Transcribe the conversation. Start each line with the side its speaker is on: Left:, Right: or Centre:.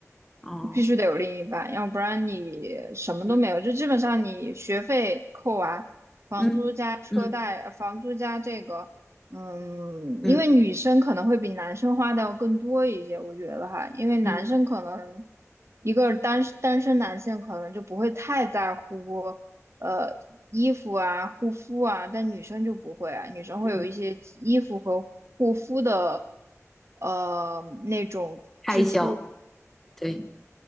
Centre: 哦，
Right: 必须得有另一半，要不然你什么都没有。
Centre: 嗯
Right: 就基本上你学费扣完，房租加车贷，
Centre: 嗯嗯
Right: 呃房租加这个，嗯，
Centre: 嗯
Right: 因为女生可能会比男生花的要更多一些，我觉得哈，因为男生可能
Centre: 嗯
Right: 一个单单身男性可能就不会太在乎，呃，衣服啊、护肤啊，但女生就不会啊，女生会有一些衣服和护肤的，
Centre: 嗯，
Right: 呃，那种支出。
Centre: 开销，对，